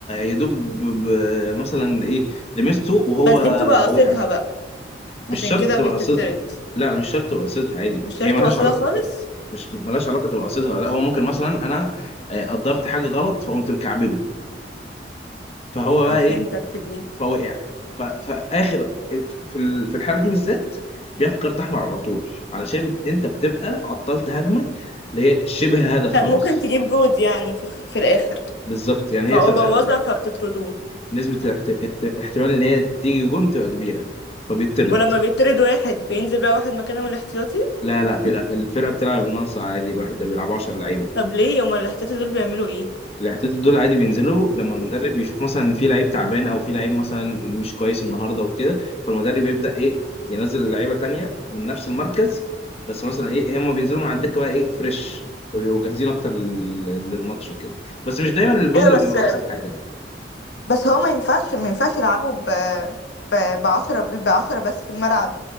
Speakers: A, on the left; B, on the left.
A: يدوب مثلا ايه لمسته وهو
B: بس دي بتبقى قصدها
A: وقع
B: بقى
A: مش
B: عشان
A: شرط
B: كده
A: تبقى
B: بتترد
A: قصدها لا مش شرط تبقى قصدها عادي
B: مش شرط
A: هي ملهاش
B: قصدها
A: علاقه
B: خالص
A: مش ملهاش علاقه تبقى قصدها لا هو ممكن مثلا انا آه، قدرت حاجه غلط فقمت مكعبله فهو
B: اه
A: بقى ايه
B: فهمتك في دي
A: فوقع ف- فاخر في ال- في الحاله دي بالذات بياخد كارت احمر على طول علشان انت بتبقى عطلت هجمه اللي هي شبه هدف
B: كان
A: خلاص
B: ممكن تجيب جود يعني في الخ... في الآخر
A: بالظبط يعني
B: فهو
A: هي بتبقى
B: بوظها فبتطردوه
A: نسبة احت- احت- احتمال إن هي تيجي جون بتبقى كبيرة فبيطرد
B: ولما بيطرد واحد بينزل بقى واحد مكانه من الاحتياطي
A: لا لا بيلعب الفرقة بتلعب بناقص عادي الواحد ده بيلعب 10 لعيبة
B: طب ليه هما الاحتياطي دول بيعملوا ايه
A: الاحتياطات دول عادي بينزلوا لما المدرب بيشوف مثلا إن في لعيب تعبان أو في لعيب مثلا مش كويس النهاردة وكده فالمدرب يبدأ إيه ينزل لعيبة تانية من نفس المركز بس مثلا إيه هم بينزلوا من على الدكة بقى إيه فريش فبيبقوا جاهزين أكتر لل- للماتش كده بس مش دايما البودلة
B: ايه ده
A: بيبقوا
B: بس
A: أحسن حاجة يعني
B: بس هو ما ينفعش ما ينفعش يلعبوا ب ب بعشرة بعشرة بس في الملعب